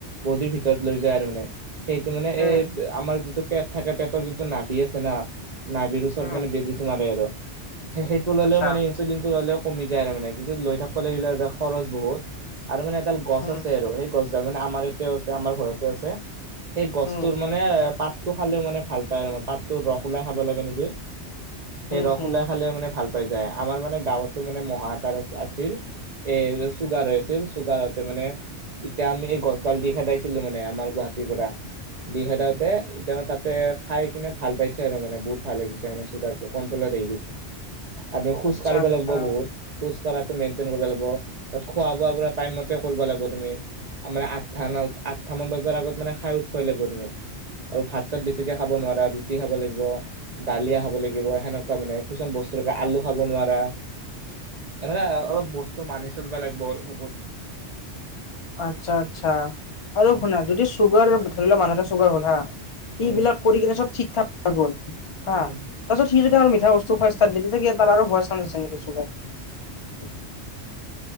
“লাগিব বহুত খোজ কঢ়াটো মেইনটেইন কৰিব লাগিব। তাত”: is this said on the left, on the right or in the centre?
Right